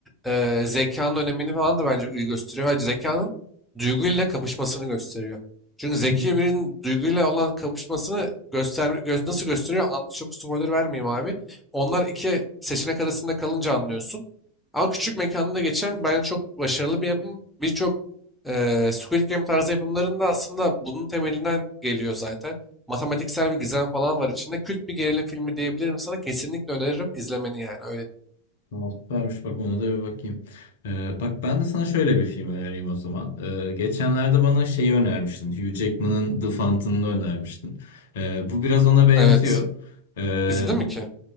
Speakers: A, in the centre; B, on the left.
A: E, zekanın önemini falan da bence iyi gösteriyor. Ve zekanın duyguyla kapışmasını gösteriyor. Çünkü zeki
B: Hı hı.
A: birinin duyguyla olan kapışmasını göster gö- nasıl gösteriyor? An- Çok spoiler vermeyeyim abi. Onlar iki seçenek arasında kalınca anlıyorsun. Ama küçük mekanda geçen bence çok başarılı bir yapım. Birçok eee Squid Game tarzı yapımların da aslında bunun temelinden geliyor zaten matematiksel bir gizem falan var içinde. Kült bir gerilim filmi diyebilirim sana. Kesinlikle öneririm izlemeni yani. Öyle.
B: Tamam, süpermiş bak ona da bir bakayım. Ee, bak ben de sana şöyle bir film önereyim o zaman. Ee, geçenlerde bana şeyi önermiştin. Hugh Jackman'ın The Fountain'ını önermiştin. Ee, bu biraz ona benziyor.
A: Evet.
B: Ee,
A: İzledin mi ki?